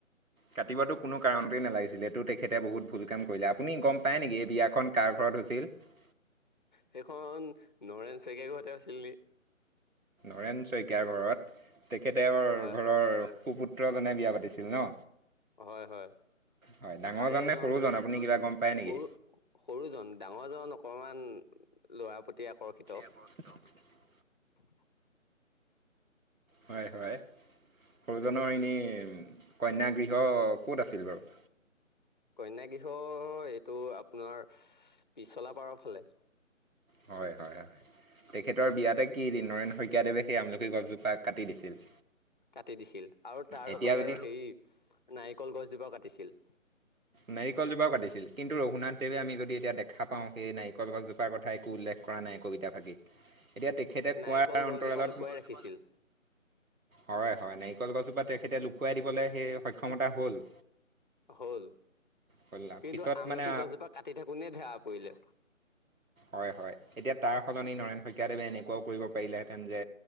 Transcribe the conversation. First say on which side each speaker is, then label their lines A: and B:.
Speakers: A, on the right; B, on the left.
A: কাটিবাতো কোনো কাৰণতেই নালাগিছিলে এইটো তেখেতে বহুত ভুল কাম কৰিলে। আপুনি গম পায় নেকি এই বিয়াখন কাৰ ঘৰত পদ্ধতি
B: সেইখন নৰেন চেকেগোহতে আছিল নেকি?
A: হৰেন শইকীয়াৰ ঘৰত, তেখেততেৰ
B: হয়
A: ঘৰৰ সুপুত্ৰজনে বিয়া পাতিছিল ন
B: হয়। হয়।
A: হয় ডাঙৰজন
B: তাৰে
A: নে
B: এজন
A: সৰুজন আপুনি কিবা গম পায় নেকি
B: সৰু, সৰুজন ডাঙৰ জন অকণমান ল'ৰাৰ প্ৰতি আকৰ্ষিত।
A: ব <unintelligible>
B: <unintelligible>
A: হয়। হয়। সৰুজনৰ এনেই কন্যাগৃহ ক'ত আছিল বাৰু?
B: কন্যাগৃহ এইটো আপোনাৰ পিছলা পাৰৰ ফালে।
A: হয় হয় হয় তেখেতৰ বিয়াতে কি, নৰেন শইকীয়াদেৱে সেই আমলখি গছজোপা কাটি দিছিল?
B: কাটি দিছিল আৰু তাৰ
A: এতিয়া
B: লগতে
A: যদি
B: হেই নাৰিকল গছজোপাও কাটিছিল।
A: নাৰিকলজোপাও কাটিছিল। কিন্তু ৰঘুনাথদ দেৱে আমি যদি এতিয়া দেখা পাওঁই, নাৰিকলছজোপাৰ কথা একো উল্লেখ কৰা নাই কবিতাফাকি এতিয়া তেখেতে
B: নাৰিকল
A: কোৱাৰ অন্তৰালত।
B: গছজোপা লুকুৱাই
A: <unintelligible>
B: ৰাখিছিল
A: হয়। হয়। নাৰিকল গছৰপ পৰা তেখেতে লুকুৱাই দিবলৈ সেই সক্ষমতা হ'ল।
B: হল
A: হ'ল
B: কিন্তু
A: পিছত
B: আমলখি
A: মানে
B: গছজোপা কাটি থাকোনে ধেৰা পৰিলে।
A: হয়। হয়। এতিয়া তাৰ সলনি নৰেন শইকীয়াদৱে এনেকুৱও কৰিব পাৰিলেহেঁতেন, যে